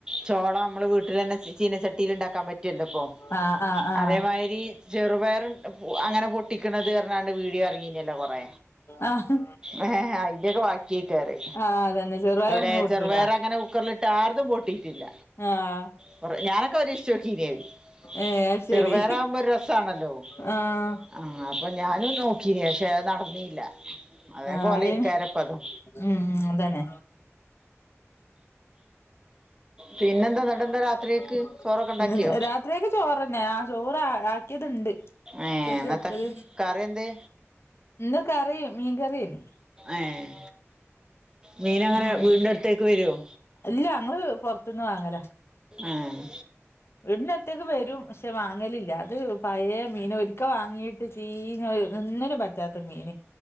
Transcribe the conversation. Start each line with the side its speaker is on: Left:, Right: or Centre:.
Right: ചോളം നമ്മള് വീട്ടിൽ തന്നെ ചീനച്ചട്ടിൽ ഇണ്ടാക്കാൻ പറ്റ്വല്ലോ ഇപ്പൊ.
Left: ആഹ് ആഹ് ആഹ്
Right: അതേമാതിരി ചെറുപയറ്ട്ട് അങ്ങനെ പൊട്ടിക്കണത് പറഞ്ഞാണ്ട് വീഡിയോ അ ച്ചല്ലോ കൊറേ.
Left: ആഹ്
Right: ഏഹ് അയിന്റെ ഒക്കെ ബാക്കി കീക്കാറേ.
Left: ആഹ് അതന്നെ ചെറുപയർ
Right: അവിടെ
Left: അങ്ങനെ പൊട്ടൂല
Right: ചെറുപയറങ്ങനെ കുക്കറിലിട്ട് ആരതും പൊട്ടീട്ടില്ല.
Left: ആഹ്.
Right: കൊറേ, ഞാനൊക്കെ പരീക്ഷിച്ചോക്കീനത്.
Left: ഏഹ് അത്
Right: ചെറുപയറാവുമ്പോ
Left: ശരി
Right: ഒരു രസാണല്ലോ.
Left: ആഹ്
Right: ആഹ് അപ്പൊ ഞാനും നോക്കീന്. പക്ഷെ അത് നടന്നില്ല. അതേ
Left: ആഹ്
Right: പോലായിക്കാരപ്പതും.
Left: ഉം അതന്നെ
Right: പിന്നെന്താ എന്നിട്ടെന്താ
Left: <inaudible>
Right: രാത്രിയേക്ക് ചോറൊക്കെ ഉണ്ടാക്കിയോ
Left: മ്മ് രാത്രിയൊക്കെ ചോറന്നെ. ആഹ് ചോറ് ആഹ് ക്കിത്ണ്ട്. ഉച്ചക്ക്
Right: ഏഹ് ഇന്നത്തെ
Left: വെച്ചത്.
Right: കറി എന്തേ
Left: ഇന്ന് കറി മീൻ കറിയാണ്.
Right: ഏഹ്. മീനങ്ങനെ
Left: ഉം
Right: വീടിന്റെ അടുത്തേക്ക് വരുവോ?
Left: ഇല്ല ഞങ്ങള് പുറത്ത്ന്ന് വാങ്ങലാ.
Right: ഏഹ്.
Left: വീടിനട്ത്തേക്ക് വരും പക്ഷെ വാങ്ങലില്ല. അത് പഴയ മീനാ. ഒരിക്ക വാങ്ങീ ചീഞ്ഞ ഒരു ഒന്നിനും പറ്റാത്ത മീന്.